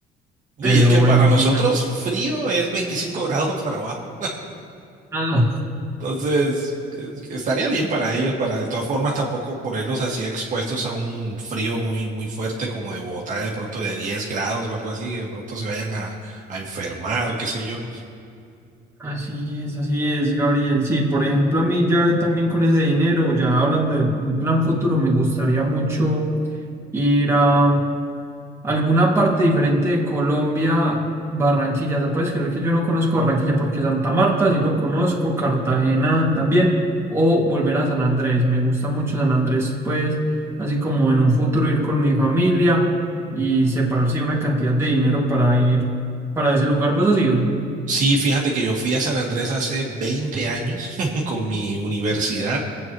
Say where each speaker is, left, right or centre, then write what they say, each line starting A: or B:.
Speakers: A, on the right (about 50°); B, on the right (about 15°).
A: No,
B: pero
A: Y es que
B: bueno,
A: para nosotros
B: sí,
A: frío es 25 <laughs> grados para abajo.
B: también.
A: Entonces, es- estaría bien para ellos, para de todas formas tampoco ponerlos así expuestos a un frío muy, muy fuerte como de Bogotá, de pronto de 10 grados o algo así, que de pronto se vayan a, a enfermar, qué sé yo.
B: Así es, así es, Gabriel. Sí, por ejemplo, a mí ya también con ese dinero, ya hablando de un plan futuro, me gustaría mucho ir a alguna parte diferente de Colombia, Barranquilla. O sea, puedes creer que yo no conozco Barranquilla porque Santa Marta sí lo conozco, Cartagena también, o volver a San Andrés. Me gusta mucho San Andrés, pues, así como en un futuro ir con mi familia y separarse una cantidad de dinero para ir para ese lugar. ¿Pues has ido?
A: Sí, fíjate que yo fui a San Andrés hace 20 años <laughs> con mi universidad.